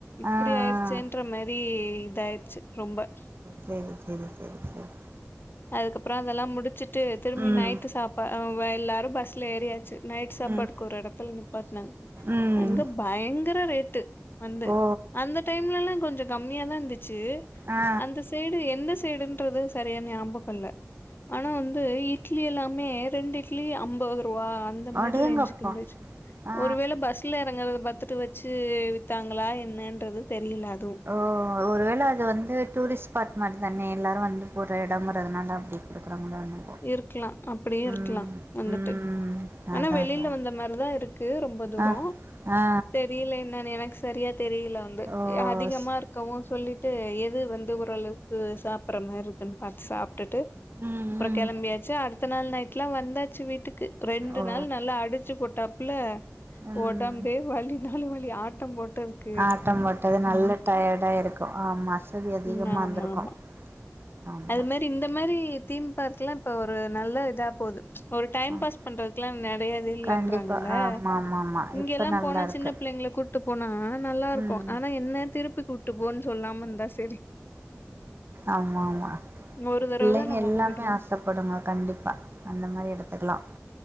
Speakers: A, on the left (about 45°); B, on the right (about 45°).
A: இப்டி
B: ஆ ஆ
A: ஆயிர்ச்சேன்ற மாரி இதாய்ர்ச்சி ரொம்ப
B: சேரி சேரி சேரி
A: அதுக்கப்பற அதல்லா முடிச்சுட்டு திரும்பி
B: ம்
A: நைட்டு சாப்பா எல்லாரு பஸ்ல ஏறியாச்சு நைட் சாப்பாட்டுக்கு
B: ம்
A: ஒரு எடத்துல நிப்பாட்னாங்க
B: ம்
A: அங்க பயங்கர ரேட்டு வந்து
B: ஓ
A: அந்த டைம்லல்லா கொஞ்ச கம்மியாதாந்துச்சு
B: ஆ
A: அந்த சைடு எந்த சைடுன்றது சரியா ஞாபக கல்ல ஆனா வந்து இட்லி எல்லாமே ரெண்டு இட்லி அம்பது ருவா அந்த மாரி
B: அடேங்கப்பா
A: ரேஞ்ச்சுக்கு இந்துச்சு
B: ஆ
A: ஒருவேள பஸ்ல எறங்கறத பாத்துட்டு வச் ச்சு வித்தாங்களா என்னன்றது தெரில அதுவு
B: அ ஒருவேள அது வந் து டூரிஸ்ட் ஸ்பாட் மார் தானே எல்லாரு வந்து போற எடங்கறதுனால அப்டி கொடுக்குறாங்களோ என்னவோ
A: இருக்லா அப்டியு
B: ம்
A: இருக்லா வந்துட்டு
B: ம் அதா
A: ஆனா வெளில
B: அதா
A: வந்த மாரிதா இருக்கு ரொம் ப தூரோ
B: ஆ ஆ
A: தெரில என்னன் எனக்கு சரியா தெரில வந்து
B: ஓ
A: அதிகமாருக்
B: ஸ்
A: கவு சொல்லிட்டு எது வந்து ஓரளவுக்கு சாப்பற மார் இருக்குன்னு பாத்து சாப்ட்டுட்டு
B: ம்
A: அப்ற
B: ம்
A: கெளம்பியாச்சு அடுத்த நாள் நைட்லா வந்தாச்சு வீட்டுக் கு ரெண்டு
B: ஓ
A: நாள் நல்லா அடிச்சு போட்டாப்புல
B: ம்
A: ஒடம்பே வலி னாலு வலி ஆட்டம் போட்டதுக்கு
B: ஆட்டம் போட்டது நல்ல டயர்டா இருக்கு ஆமா அசதி அதிகமா
A: ம் ஆமா
B: இருந்திருக்கு
A: ஆமா
B: ஆமா
A: அது மாரி இந்த மாரி தீம் பார்க்குல்லா இப்ப ஒரு நல்ல இதா போது ஒரு டைம்
B: ஆமா
A: பாஸ் பண்றதுக்குல்லா நெறைய இது இல்லன்றாங்கல்ல
B: கண்டிப்பா ஆமா ஆமா ஆமா
A: இங்கெல்லா
B: இப்ப நல்லா
A: போனா
B: இருக்கு
A: சின்ன பிள்ளைங்கள கூட் டு போனா நல்லாருக்கு
B: ம்
A: ஆனா என்ன திருப்பி கூட்டு போன்னு சொல்லாம இருந்தா சரி
B: ஆமா ஆமா
A: ஒரு தடவ
B: பிள்ளைங்க
A: தா நம்ம
B: எல்லாமே
A: கூட்டிட்டு போவோ
B: ஆசப் படுங்க கண்டிப்பா அந்த மாரி எடத்துக்லா